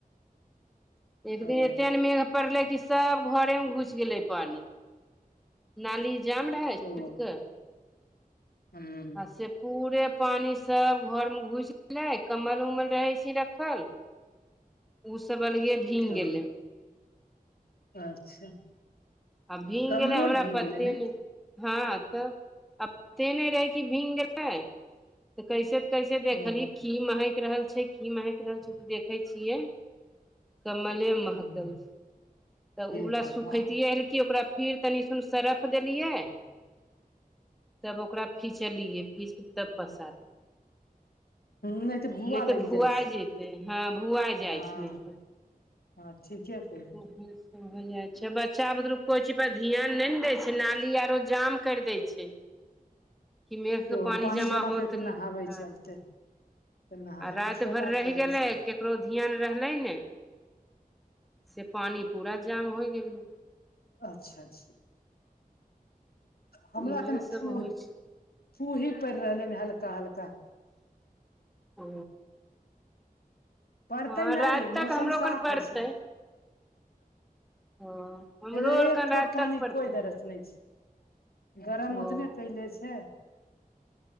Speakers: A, in the centre; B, on the left.
A: एक
B: ओ
A: दिन एते ने मेघ पड़लै कि सभ घरेमे घुसि गेलै पानि नाली जाम रहै छतके
B: ओ
A: <unintelligible>
B: हूं
A: आ से पूरे पानि सब घर मे घुसि गेलै कम्बल उम्बल रहै छी रखल उ सब अलगे भींग
B: ओ
A: गेलै
B: अच्छा
A: आ भींग
B: कमलो
A: गेलै
B: आर
A: हमरा
B: भींग
A: पते
B: गेलै ने
A: नै हँ तब आ पते नहि रहै कि भींग गेलै तऽ कैसे कैसे देखली
B: ओ
A: की महकि रहल छै की महकि रहल छै तऽ देखै छियै कमले महकल
B: हूं
A: तऽ उ
B: हे
A: वला
B: भगवान
A: सुखैतियै ओर कि ओकरा फिर तनी सुन सरफ देलियै तब ओकरा फीचलियै फीच के पसार
B: हूं
A: नहि तऽ
B: लागि
A: भुआ
B: जाइ छै
A: जेतै हँ भुआ जाइ
B: हँ
A: छै नहि तऽ
B: हँ ठीके फेर
A: ह ह <unintelligible> हो जाइ छै बच्चा बुतरु कोइ चीज पर ध्यान नहि ने दै छै नाली आरो जाम कर दै छै कि मेघ
B: केओ
A: के पानि जमा होत
B: करि कऽ
A: ह
B: नहाबै चलते तऽ नहाय
A: आ रात
B: खेला
A: भर रह
B: खेलै
A: गेले
B: छै
A: केकरो ध्यान रहले ने से पानी पूरा जाम होय गेलै
B: अच्छा अच्छा हमरा
A: इहे
B: एखन
A: सब
B: फू
A: होइ छै
B: फू ही पड़ रहलै ह हल्का हल्का
A: ओ
B: पड़तै
A: हँ राति
B: नहि
A: तक
B: मौसम
A: हमरो
B: साफ
A: खन पड़तै
B: होइ छै
A: ओ हमरो
B: एक
A: आर कन राति
B: ठोप
A: तक
B: पानि
A: पड़तै
B: कोइ दरस नहि छै गरम
A: ओ
B: उतने कैले छै